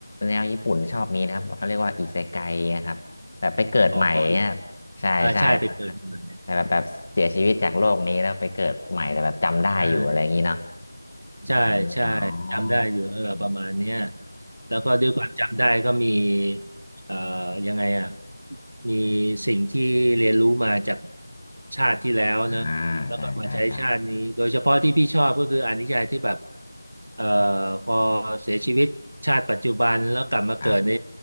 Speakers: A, on the left; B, on the right.
A: แนวญี่ปุ่นชอบมีนะครับเขาเรียกว่าอิเซไกนะครับแบบไปเกิดใหม่เนี่ย
B: อ๋อ
A: ใช่ใช่ครับแต่แบบแบบเสียชีวิตจากโลกนี้แล้วไปเกิดใหม่แต่แบบจำได้อยู่อะไรอย่างนี้เนาะ
B: อ่าใช่ไปเกิดใหม่ใช่ ใช่ใช่จำได้อยู่เออประมาณเนี้ย
A: อมอ๋ออืม
B: แล้วก็ด้วยความจำได้ก็มีเอ่อยังไงอ่ะมีสิ่งที่เรียนรู้มาจากชาติที่แล้วเนอะแล้วก็มาใช้ชาตินี้โดยเฉพาะที่พี่ชอบก็คืออานิจจัยที่แบบ
A: อ่าใช่ใช่ใช่
B: เอ่อพอเสียชีวิตชาติปัจจุบันแล้วกลับมาเกิดใน
A: ครับ